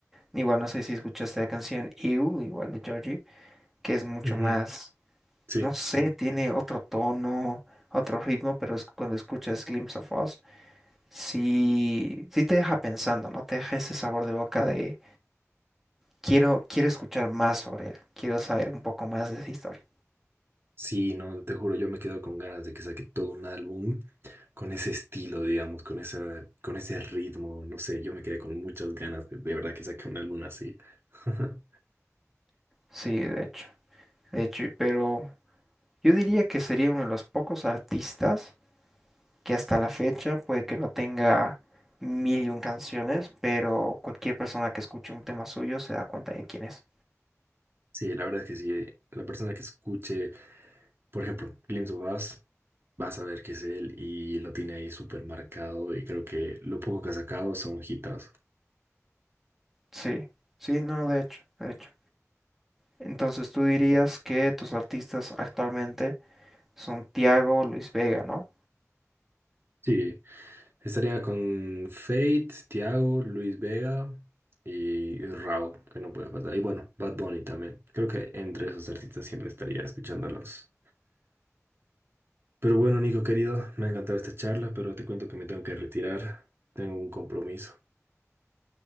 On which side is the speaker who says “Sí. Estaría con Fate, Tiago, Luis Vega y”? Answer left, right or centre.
Right